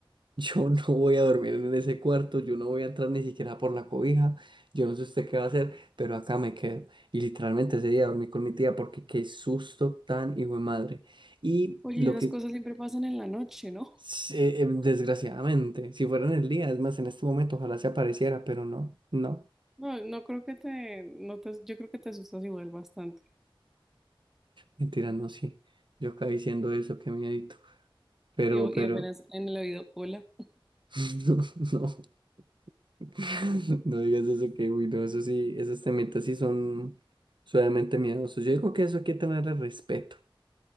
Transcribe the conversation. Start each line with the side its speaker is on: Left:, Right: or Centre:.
Right: Yo no voy a dormir en ese cuarto, yo no voy a entrar ni siquiera por la cobija, yo no sé usted qué va a hacer, pero acá me quedo. Y literalmente ese día dormí con mi tía porque qué susto tan hijo de madre. Y
Centre: Oye,
Right: lo
Centre: esas
Right: que,
Centre: cosas siempre pasan en la noche, ¿no?
Right: se- eh, desgraciadamente, si fuera en el día, es más, en este momento ojalá se apareciera, pero no, no,
Centre: No, no creo que te, no te, yo creo que te asustas igual bastante.
Right: mentira, no, sí. Yo acá diciendo eso, qué miedito, pero,
Centre: Y, o-
Right: pero,
Centre: y apenas en el oído, hola.
Right: <laughs> no, no. <laughs> No digas eso que, uy, no, eso sí, esos temitas sí son suavemente miedosos. Yo digo que eso hay que tenerle respeto.